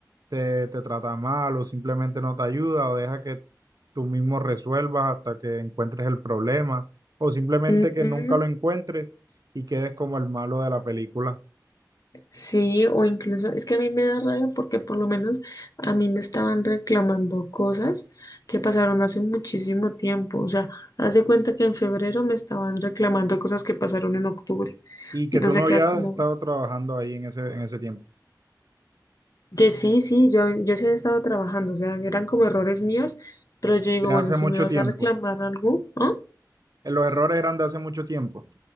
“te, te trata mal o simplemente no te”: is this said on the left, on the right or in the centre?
Right